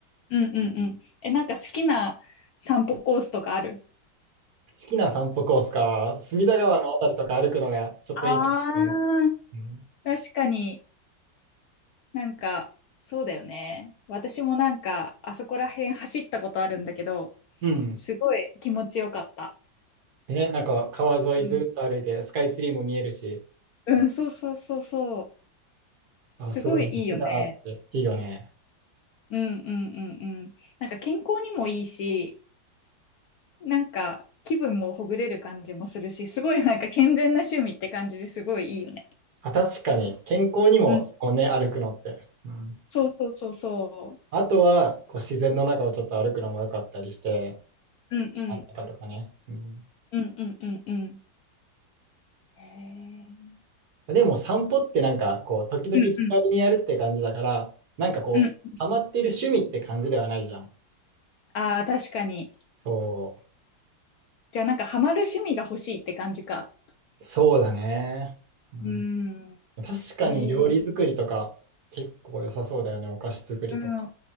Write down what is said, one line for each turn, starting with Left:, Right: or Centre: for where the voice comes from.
Left: うんうんうん。え、なんか好きな散歩コースとかある
Right: 好きな散歩コースか、隅田川のあたりとか歩くのがちょっといいかもしれない。
Left: ああ、
Right: うん。
Left: 確かになんか、そうだよね。私もなんか、あそこら辺走ったことあるんだけど、
Right: うん
Left: すごい気持ちよかった。
Right: ね、なんか川沿いずっと歩いて、
Left: うん、
Right: スカイツリーも見えるし、
Left: うん、そうそうそうそう。
Right: あ、
Left: すごいいいよね。
Right: すごい道だなって、いいよね。
Left: うんうんうんうん。なんか健康にもいいし、なんか気分もほぐれる感じもするし、すごいなんか健全な趣味って感じですごいいいよね。
Right: あ、確かに、健康にも、
Left: うん。
Right: こうね、歩くのって。うん
Left: そうそうそうそ
Right: あとは、こう自然の中をちょっと歩くのも良かったりして、
Left: う。うんうん。
Right: 真ん中とかね。うん、
Left: うんうんうんうん。へえ。
Right: でも散歩ってなんかこう、時々気軽にやるって感じだから、
Left: うんうん。
Right: なんかこう、
Left: うん
Right: ハマっている趣味って感じではないじゃん。
Left: ああ、確かに。
Right: そ
Left: じゃあなんかハマる趣味が欲しいって感じか。
Right: う、そうだね。うん、
Left: うーん。
Right: 確かに料理作りとか、
Left: ええ
Right: 結構良さそうだよね、お菓子作りとか。
Left: うん。